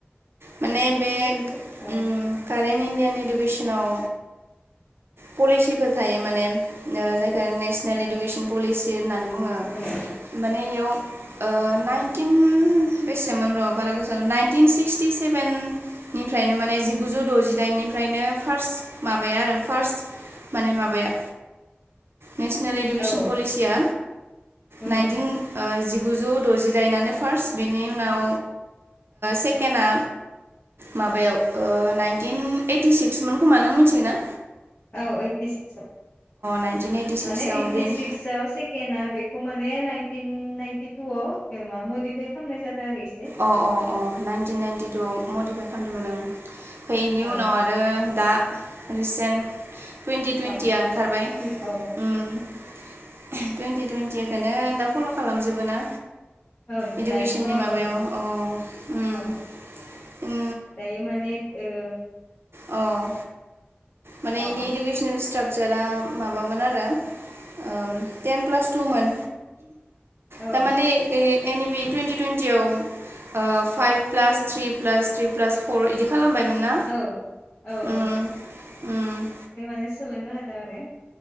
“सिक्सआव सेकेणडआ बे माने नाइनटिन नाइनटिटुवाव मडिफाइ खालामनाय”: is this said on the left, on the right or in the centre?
Left